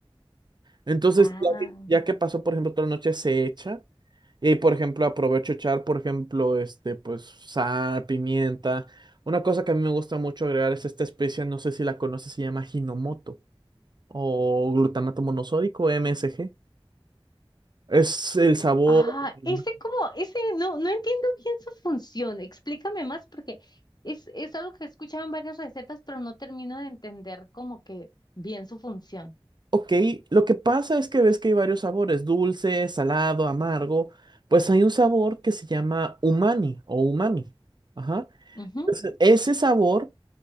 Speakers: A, on the right; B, on the left.
A: Entonces,
B: Ah.
A: ya que, ya que pasó, por ejemplo, toda la noche, se echa. Y, por ejemplo, aprovecho echar, por ejemplo, este, pues, sal, pimienta. Una cosa que a mí me gusta mucho agregar es esta especia, no sé si la conoces, se llama Hinomoto o glutamato monosódico, MSG. Es el sabor.
B: Ah,
A: mm,
B: ese como, ese no, no entiendo bien su función. Explícame más porque es, es algo que he escuchado en varias recetas, pero no termino de entender como que bien su función.
A: Ok, lo que pasa es que ves que hay varios sabores, dulce, salado, amargo. Pues hay un sabor que se llama umami o umami. Ajá.
B: Ujú.
A: Entonces, ese sabor,